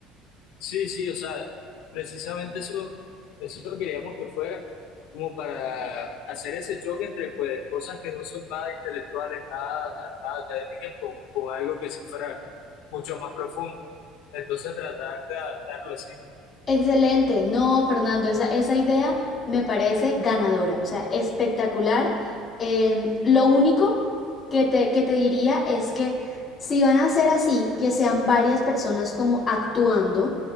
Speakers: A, on the left (about 80°); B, on the left (about 25°).
A: Sí, sí, o sea, precisamente eso, eso queríamos que fuera, como para hacer ese choque entre pues cosas que no son nada intelectuales, nada, nada académicas, con, con algo que sí fuera mucho más profundo. Entonces tratar de adaptarlo así.
B: Excelente, no, Fernando, esa, esa idea me parece ganadora, o sea, espectacular. Eh, lo único que te, que te diría es que si van a ser así, que sean varias personas como actuando,